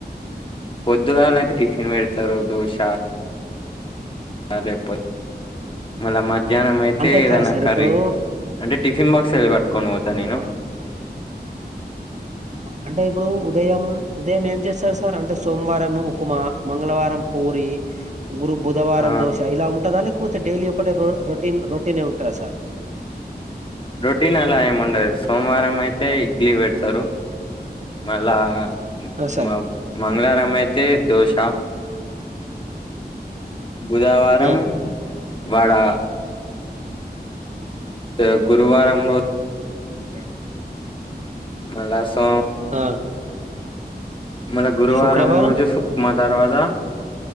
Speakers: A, on the left; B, on the right.
A: పొద్దుగాళ్ళ అయితే టిఫిన్ పెడతారు. దోశ లేకపోతే మళ్ళా మధ్యాహ్నం అయితే
B: అంటే
A: ఏదైనా
B: కాదు సార్
A: కర్రీ
B: ఇప్పుడు
A: అంటే టిఫిన్ బాక్స్ పట్కోని పోతా నేను
B: ఆ, అంటే ఇప్పుడు ఉదయం ఉదయం ఏం చేస్తారు. సార్ అంటే సోమవారం ఉకుమా మంగళవారం పూరి గురు బుధవారం
A: ఆ
B: దోశ ఇలా ఉంటుందా లేకపోతే డైలీ ఒకటే రో రొట్టె టిఫిన్ రొట్టనే ఉంటాదా సార్
A: రొటీన్ అలా ఏముండదు సోమవారం అయితే ఇడ్లీ పెడతారు మల్లా
B: ఆ సార్
A: మ మంగళారం అయితే దోశా బుధవారం
B: ఆ
A: అయితే వడా ఇగ గురు గురువారం
B: ఎ
A: మల్ల సో
B: ఆ
A: మన గురువారం
B: శుక్రవారం
A: రోజు ఉప్మా తర్వాత